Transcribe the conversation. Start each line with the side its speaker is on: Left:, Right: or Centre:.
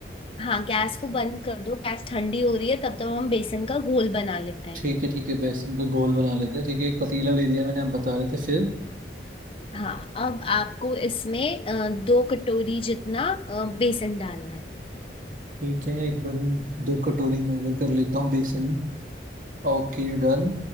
Left: हाँ गैस को बंद कर दो गैस ठंडी हो रही है तब तक हम बेसन का घोल बना लेते हैं
Right: ठीक है ठीक है बेसन का घोल बना लेते हैं ठीक है एक पतीला ले लिया मैंने आप बता रहे थे फिर
Left: हाँ अब आपको इसमें अ, दो कटोरी जितना अ, बेसन डालना है
Right: ठीक है एक बार मैं दो कटोरी मेजर कर लेता हूँ बेसन ओके डन